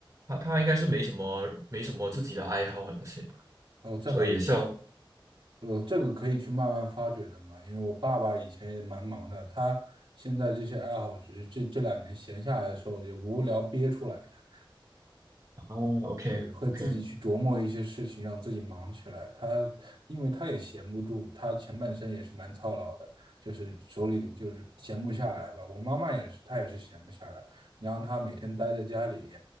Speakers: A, on the right; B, on the right.
A: 他他应该是没什么没什么自己的爱好啊那些，
B: 哦，这很
A: 所以也是要
B: 呃，这个可以去慢慢发掘的嘛，因为我爸爸以前也蛮忙的，他现在这些爱好只是这这两年闲下来的时候也无聊憋出来的。
A: 啊，OK
B: 对，会自己去琢磨一些事情，
A: OK。
B: 让自己忙起来。他因为他也闲不住，他前半生也是蛮操劳的，就是手里就是闲不下来吧。我妈妈也是，她也是闲不下来。你让她每天待在家里，